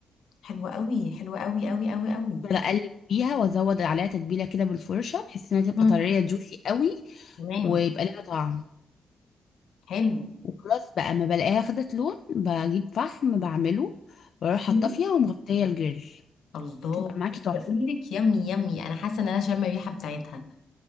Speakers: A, on the left; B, on the left.
A: حلوة قوي حلوة قوي قوي قوي قوي
B: افضل اقلب فيها وازود عليها تتبيله كده بالفرشه بحيث انها تبقى
A: امم
B: طريه جوسي قوي
A: تمام
B: ويبقى لها طعم
A: حلو
B: وخلاص بقى ما بلاقيها خدت لون بجيب فحم بعمله واروح حاطه
A: مم.
B: فيها ومغطيه الجريل
A: الله
B: بتبقى معاكي
A: عايزة
B: تحفه
A: اقول لك يمي يمي انا حاسة ان انا شامة الريحة بتاعتها